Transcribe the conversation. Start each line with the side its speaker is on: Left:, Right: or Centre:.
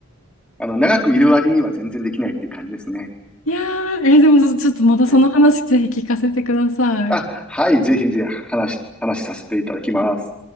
Centre: あの、長くいる割には全然できないっていう感じですね。
Left: いやー、えーでもちょっとまたその話ぜひ聞かせてください。
Centre: はい。あ、はい、ぜひぜひ話、話させていただきます。